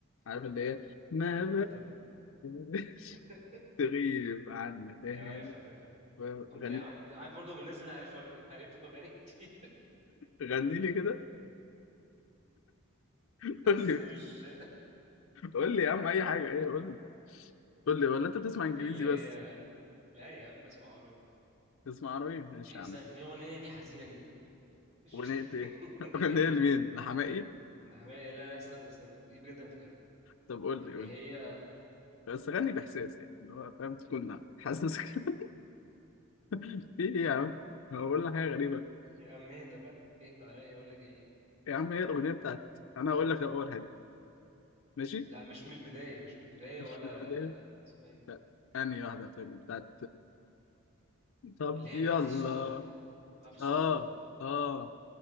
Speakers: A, on the left; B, on the right.
A: عارف اللي هي ما
B: انت بتقول-
A: بلاش
B: <laughs>
A: <laughs> تغيب عنا تاني
B: ايوه عارفها عارفها أو مش
A: غني
B: يعني عارف برضه من الناس اللي عارف <laughs> عارف اغاني كتير
A: غني لي كده <laughs>
B: بس
A: قول لي
B: مش
A: قول لي يا عم اي حاجه ايه قول لي قول لي ولا انت بتسمع انجليزي
B: في اللي هي
A: بس
B: لا يا عم بسمع عربي
A: تسمع عربي ماشي
B: في
A: يا
B: استنى
A: عم
B: في اغنيه ليه حزينه جدا مش
A: اغنيه ايه
B: <laughs>
A: <laughs> اغنيه لمين لحماقي
B: ده حماية لا لا استنى استنى دي بجد انا فاكرها
A: طب قول
B: اللي
A: لي قول
B: هي
A: لي بس غني باحساس يعني اللي هو فاهم تكون حاسس كده <laughs> في ايه يا عم هو بقول لك حاجه غريبه
B: يا عم اهدى بقى اهدى عليا اقول لك ايه
A: يا عم هي الاغنيه بتاعت انا هقول لك اول حاجه ماشي
B: لا مش من البدايه مش من البدايه
A: مش
B: ولا
A: من الاغنيه
B: اسمها إيه دي
A: لا انهي واحده طيب بتاعت طب
B: اللي هي
A: يلا
B: بتاعت الصوره عارف الصوره
A: اه اه